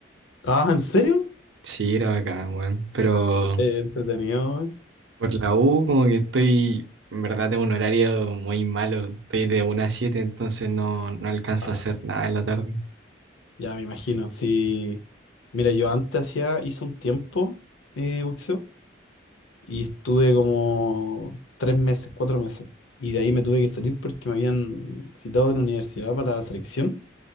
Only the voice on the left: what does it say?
Ah, ¿en serio?
Eh, entretenido. eh.
Ah,
ya me imagino. Sí. Mira, yo antes hacía, hice un tiempo eh, boxeo. y estuve como tres meses, cuatro meses. Y de ahí me tuve que salir porque me habían citado de la universidad para la selección